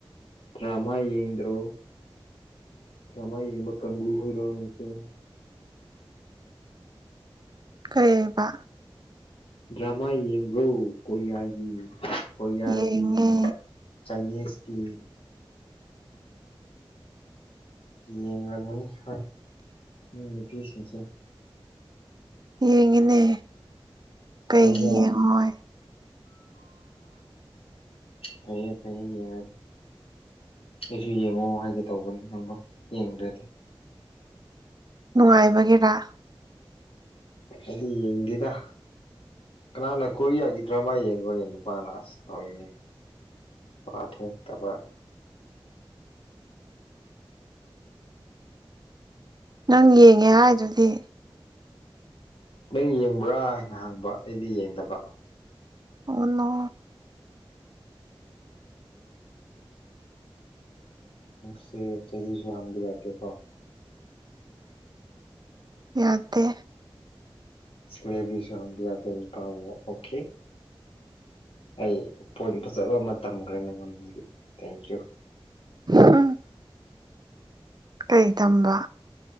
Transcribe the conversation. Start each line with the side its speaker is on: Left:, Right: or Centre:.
Left: ꯗ꯭ꯔꯃꯥ ꯌꯦꯡꯗ꯭ꯔꯣ ꯗ꯭ꯔꯃꯥ ꯌꯦꯡꯕ ꯀꯥꯡꯕꯨ ꯑꯣꯏꯔꯣ ꯅꯪꯁꯨ
Right: ꯀꯩꯕ
Left: ꯗ꯭ꯔꯃꯥ ꯌꯦꯡꯕ꯭ꯔꯣ ꯀꯣꯔꯤꯌꯥꯒꯤ ꯀꯣꯔꯤꯌꯥꯒꯤ
Right: ꯌꯦꯡꯉꯦ
Left: ꯆꯥꯏꯅꯤꯁꯀꯤ ꯌꯦꯡꯔꯝꯃꯅꯤ ꯍꯣꯏ ꯎꯝ ꯅꯨꯄꯤꯁꯤꯡꯁꯦ
Right: ꯌꯦꯡꯉꯤꯅꯦ ꯀꯩꯒꯤ
Left: ꯀꯣꯔꯤꯌꯥ
Right: ꯌꯦꯡꯉꯣꯏ
Left: ꯐꯩꯌꯦ ꯐꯌꯦ ꯌꯦꯡꯉꯥꯏꯗꯤ ꯑꯩꯁꯨ ꯌꯦꯡꯉꯣ ꯍꯥꯏꯒꯦ ꯇꯧꯕꯅꯤ ꯅꯪꯕ ꯌꯦꯡꯗ꯭ꯔꯦꯗꯤ
Right: ꯅꯨꯡꯉꯥꯏꯕꯒꯤꯔꯥ
Left: ꯑꯩꯗꯤ ꯌꯦꯡꯗꯦꯗ ꯀꯅꯥꯅ ꯀꯣꯔꯤꯌꯥꯒꯤ ꯗ꯭ꯔꯃꯥ ꯌꯦꯡꯕꯅꯦ ꯅꯨꯄꯥꯅ ꯑꯁ ꯂꯣꯏꯌꯦ ꯋꯥ ꯊꯣꯛꯣꯛꯇꯕ
Right: ꯅꯪ ꯌꯦꯡꯉꯦ ꯍꯥꯏꯗꯨꯗꯤ
Left: ꯅꯪ ꯌꯦꯡꯕ꯭ꯔꯥ ꯍꯥꯏꯅ ꯍꯪꯕ ꯑꯩꯗꯤ ꯌꯦꯡꯗꯕ
Right: ꯑꯣ ꯅꯣ
Left: ꯁꯦ ꯆꯍꯤꯁꯨ ꯍꯪꯕ ꯌꯥꯗꯦꯀꯣ
Right: ꯌꯥꯗ
Left: ꯁꯣꯌꯦꯕꯤ ꯆꯥꯡꯗꯣ ꯌꯥ ꯄꯥꯎ ꯑꯣꯀꯦ ꯑꯩ ꯄꯣꯏꯟ ꯐꯖꯕ ꯑꯃ ꯇꯝꯈ꯭ꯔꯦ ꯅꯉꯣꯟꯗꯒꯤ ꯊꯦꯡꯀꯤꯌꯨ
Right: ꯎꯝ ꯀꯩ ꯇꯝꯕ